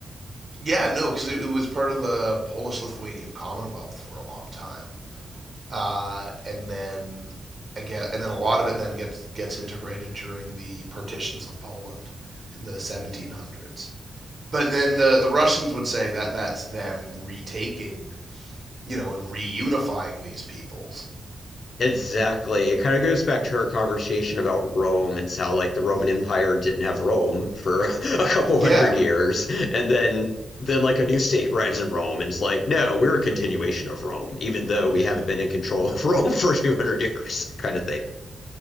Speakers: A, on the right (about 35°); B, on the left (about 55°).
A: Yeah. No, because it, it was part of the Polish-Lithuanian Commonwealth for a long time. Uh. And then I guess, and then a lot of it then gets gets integrated during the partitions of Poland in the 1700s. But then the the Russians would say that that's them retaking you know, and reunifying these peoples.
B: Exactly. It kind of goes back to our conversation about Rome and how like the Roman
A: hmm
B: Empire didn't have Rome for <laughs> a couple
A: Yeah.
B: hundred years, and then then like a new state arrives in Rome and it's like, no, we're a continuation
A: hmm
B: of Rome, even though we
A: Yeah.
B: haven't been in control of Rome <laughs> for 200 years, kind of thing.